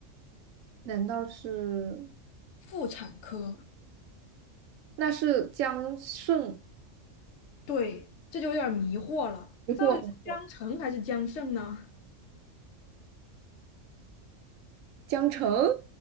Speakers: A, on the right (about 80°); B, on the left (about 65°).
A: 难道是？
B: 妇产科。
A: 那是江胜，
B: 对，这就有点迷惑了，
A: 没错没错
B: 到底是江澄还是江胜呢？
A: 江城，